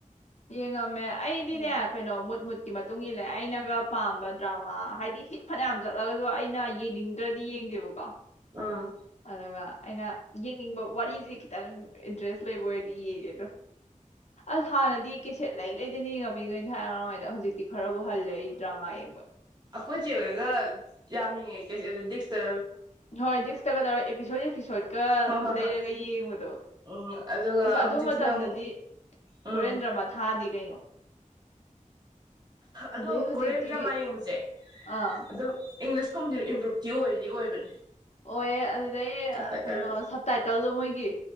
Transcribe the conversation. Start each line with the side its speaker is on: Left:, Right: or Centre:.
Left: ꯌꯦꯉꯝꯃꯦ ꯑꯩꯗꯤꯅꯦ
Right: ꯎꯝ
Left: ꯀꯩꯅꯣ ꯃꯨꯠ ꯃꯨꯠ ꯀꯤ ꯃꯇꯨꯡ ꯏꯜꯂꯦ ꯑꯩꯅꯒ ꯄꯥꯝꯕ ꯗ꯭ꯔꯃꯥ ꯍꯥꯏꯗꯤ ꯍꯤꯠ ꯐꯅꯌꯥꯝ ꯆꯠꯂꯒꯁꯨ ꯑꯩꯅ ꯌꯦꯡꯅꯤꯡꯗ꯭ꯔꯗꯤ ꯌꯦꯡꯗꯦꯕꯀꯣ
Right: ꯑꯥ
Left: ꯑꯗꯨꯒ ꯑꯩꯅ ꯌꯦꯡꯅꯤꯡꯕ ꯋꯥꯔꯤꯁꯦ ꯈꯤꯇꯪ ꯏꯟꯇꯔꯦꯁ ꯂꯩꯕ ꯑꯣꯏꯔꯗꯤ ꯌꯦꯡꯉꯦ ꯑꯗꯣ ꯑꯁ ꯍꯥꯟꯅꯗꯤ ꯀꯦꯁꯦꯠ ꯂꯩ ꯂꯩꯗꯅ ꯌꯦꯡꯉꯝꯃꯤ ꯈꯣꯏꯅ ꯊꯥꯢꯅ ꯑꯉꯥꯡ ꯑꯣꯢꯔꯤꯉꯩꯗ ꯍꯧꯖꯤꯛꯇꯤ ꯈꯔꯕꯨ ꯍꯜꯂꯦ ꯑꯩ ꯗ꯭ꯔꯃꯥ ꯌꯦꯡꯕ
Right: ꯈꯣꯏꯆꯦ ꯍꯣꯏꯒ ꯌꯥꯝ ꯌꯦꯉꯝꯃꯦ ꯗꯤꯛꯁꯦꯇ
Left: ꯍꯣꯏ ꯗꯤꯛꯁꯇꯒ ꯇꯧꯔ ꯑꯦꯄꯤꯁꯣꯠ ꯑꯦꯄꯤꯁꯣꯠꯀ
Right: ꯍꯣꯏ ꯍꯣꯏ
Left: ꯂꯩꯔꯒ
Right: ꯍꯣꯏ
Left: ꯌꯦꯡꯕꯗꯣ
Right: ꯎꯝ ꯑꯗꯨꯒ
Left: ꯑꯁ ꯑꯗꯨ
Right: ꯍꯧꯖꯤꯛꯁꯤꯅ
Left: ꯃꯇꯝꯗꯗꯤ
Right: ꯑꯃꯨꯛ ꯎꯝ
Left: ꯀꯣꯔꯤꯌꯟ ꯗ꯭ꯔꯃ ꯊꯥꯗꯤ ꯀꯩꯅꯣ
Right: ꯑꯗꯣ
Left: ꯑꯗꯩ ꯍꯧꯖꯤꯛꯇꯤ
Right: ꯀꯣꯔꯤꯌꯟ ꯗ꯭ꯔꯃꯥ ꯌꯦꯡꯕꯁꯦ
Left: ꯑꯥ
Right: ꯑꯗꯨ ꯏꯪꯂꯤꯁ ꯀꯨꯝ ꯏꯝꯄ꯭ꯔꯨꯞꯚꯇꯤ ꯑꯣꯏꯗꯤ ꯑꯣꯏꯕꯅꯦ
Left: ꯑꯣꯏꯌꯦ ꯑꯗꯨꯗꯩ
Right: ꯁꯞꯇꯥꯏꯇꯜꯗ
Left: ꯀꯩꯅꯣ ꯁꯞꯇꯥꯏꯇꯜꯗꯣ ꯃꯣꯏꯒꯤ